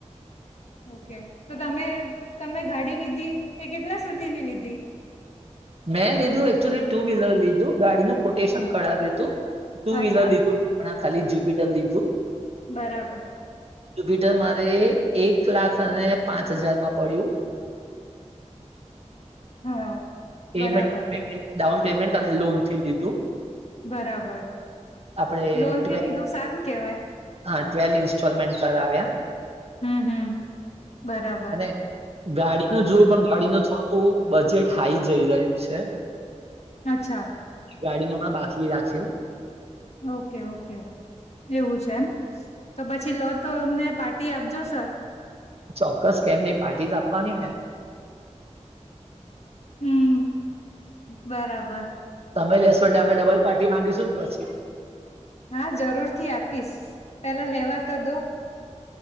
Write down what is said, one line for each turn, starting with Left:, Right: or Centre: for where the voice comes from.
Left: ઓકે તો તમે તમે ગાડી લીધી એ કેટલા સુધીની લીધી
Right: મેં લીધું એકચુલી ટુ વ્હીલર લીધું ગાડીનું કોટેશન કરઢાવ્યું હતું ટુ વ્હીલર
Left: અચ્છા
Right: લીધું હમણાં ખાલી જ્યુપિટર લીધું
Left: બરાબર
Right: જુપિટર મારે એક લાખ અને પાંચ હજારમાં પડ્યું
Left: હા
Right: પેમેન્ટ
Left: બરાબર
Right: ડાઉન પેમેન્ટ અને લોન થી લીધું
Left: બરાબર
Right: આપડે
Left: લોનથી
Right: ટ્વે
Left: લીધું સારું કેવાય
Right: હા ટ્વેલ્વ ઇન્સ્ટોલમેન્ટ કરાવ્યા
Left: હમ હમ બરાબર
Right: અને ગાડીનું જોયું પણ ગાડીનું થોડું બજેટ હાઈ જઈ રહ્યું છે
Left: અચ્છા
Right: ગાડીનું બાકી રાખ્યું
Left: ઓકે ઓકે એવું છે એમ તો પછી લો તો અમને પાર્ટી આપજો સર
Right: ચોક્કસ કેમની પાર્ટી તો આપવાની ને
Left: હમ બરાબર
Right: તમે લેશો એટલે અમે ડબલ પાર્ટી માંગીશું ને પછી
Left: હા જરૂરથી આપીશ પેલા લેવા તો દો